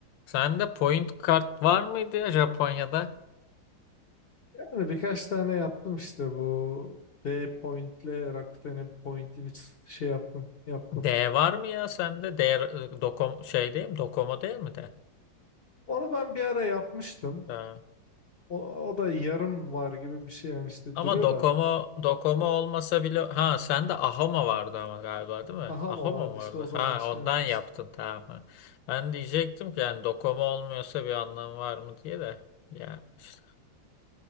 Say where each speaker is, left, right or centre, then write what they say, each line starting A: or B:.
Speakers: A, on the left; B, on the left.
A: Sende point kart var mıydı ya Japonya'da?
B: Yani birkaç tane yaptım işte bu D Point'le Rakuten'in Point'ini ç- şey yaptım yaptım.
A: D var mı ya sende? D e, Dokom şey değil mi? Docomo değil mi de?
B: Onu ben bir ara yapmıştım.
A: Ha.
B: O, o da yarım var gibi bir şey yani işte
A: Ama
B: duruyor
A: Docomo
B: da.
A: Docomo olmasa bile ha sende Ahoma vardı ama galiba değil mi?
B: Aha
A: Ahoma
B: mı vardı
A: mı vardı?
B: işte o zaman
A: Ha
B: şey
A: ondan
B: yapmıştım.
A: yaptın tamam. ha. Ben diyecektim ki yani Docomo olmuyorsa bir anlamı var mı diye de. Ya işte